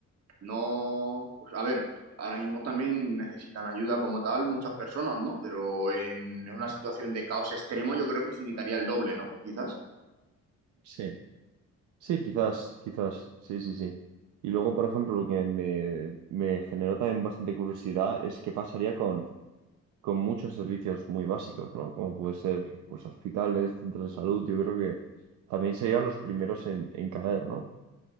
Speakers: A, on the right; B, on the right.
A: No, pues, a ver, ahora mismo también necesitan ayuda como tal muchas personas, ¿no? Pero en una situación de caos extremo yo creo que se necesitaría el doble, ¿no? Quizás.
B: Sí. Sí, quizás, quizás, sí, sí, sí. Y luego, por ejemplo, lo que me, me generó también bastante curiosidad es qué pasaría con, con muchos servicios muy básicos, ¿no? Como puede ser, pues, hospitales, centros de salud, yo creo que también serían los primeros en, en caer, ¿no?